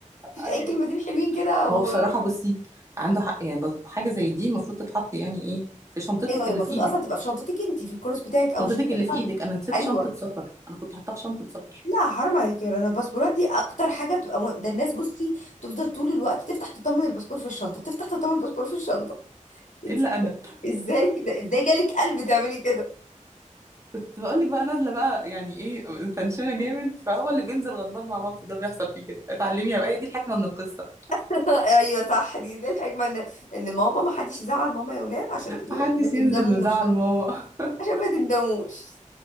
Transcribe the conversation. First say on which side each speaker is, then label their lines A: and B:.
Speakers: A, on the left; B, on the right.
A: مفيش
B: ايوه
A: اي كلمتين حلوين كده و...
B: هو بصراحة بصي عنده حق يعني بس حاجة زي دي المفروض تتحط يعني ايه في شنطتك
A: ايوه هي
B: اللي
A: المفروض
B: في ايدك
A: اصلا تبقى في شنطتك انت في الكورس بتاعك او
B: شنطتك
A: الشنطه
B: اللي في
A: بتاعتك
B: ايدك انا نسيت
A: ايوه
B: شنطة سفر انا كنت حاطاها في شنطة سفر
A: لا حرام عليك يا رنا الباسبورات دي اكتر حاجه بتبقى مهم. ده الناس بصي تفضل طول الوقت تفتح تطمن الباسبور في الشنطه تفتح تطمن الباسبور في الشنطه انت
B: الا انا
A: ازاي كده ازاي جالك قلب تعملي كده
B: كنت بقول لك بقى نازلة بقى يعني ايه تنشنة جامد فهو اللي بينزل غضبان مع مامته ده بيحصل فيه كده اتعلمي يا بقى هي دي الحكمة من القصة
A: <laughs> ايوه صح دي دي الحكمه ان ان ماما ما حدش يزعل ماما يا ولاد عشان ايه
B: محدش
A: ما تندموش
B: ينزل مزعل ماما <laughs>
A: عشان ما تندموش